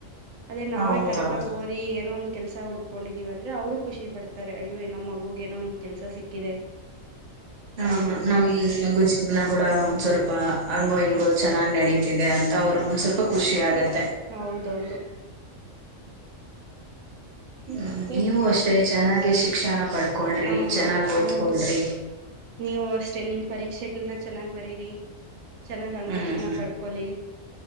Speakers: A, on the right; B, on the right.
A: ಅದೇ ನಾವೇ
B: ಹೌದೌದು
A: ಕರೆಕ್ಟ್ ಆಗ ಓದಿ ಏನೋ ಒಂದ್ ಕೆಲ್ಸ ಹುಡ್ಕೊಂಡಿದಿವಿ ಅಂದ್ರೆ ಅವ್ರರು ಖುಷಿ ಪಡ್ತಾರೆ ಅಯ್ಯೋ ನಮ್ಮ ಮಗುಗೆ ಏನೋ ಒಂದ ಕೆಲ್ಸ ಸಿಕ್ಕಿದೆ
B: ಹ್ಮ
A: ಸಾಕು
B: ಹಾ
A: ಬಿಡ್ರಿ
B: ನಮ್ ನಗು ಜೀವನ ಕೂಡ ಒಂದ್ ಸ್ವಲ್ಪ ಹಂಗೋ ಹಿಂಗೋ ಚೆನ್ನ್ ನಡೀತ್. ಇದೆ ಅಂತ ಅವ್ರಿಗ ಒಂದ್ ಸ್ವಲ್ಪಖಷಿ ಆಗುತ್.
A: ಹೌದೌದು
B: ಹ್ಮ್
A: ಮತ್ತೆ
B: ನೀವು
A: ಇನ್ನೇನು
B: ಅಷ್ಟೇ ಚೆನ್ನಾಗೆ ಅಕ್ಷಣ ಕಡ್ಕೊಳ್ರಿ
A: ಆ
B: ಚೆನ್ನಾಗ್ ಓದ್ಕೊಳ್ರಿ
A: ಹೌದು ನೀವು ಅಷ್ಟೇ ನಿಮ್ ಪರೀಕ್ಷೆಗಳನ ಚೆನ್ನಾಗ್ ಬರೀರಿ ಚೆನ್ನಾಗಿ ಅಂಕಗಳನ್ನ
B: ಹ್ಮ್
A: ಪಡ್ಕೊಳ್ಳಿ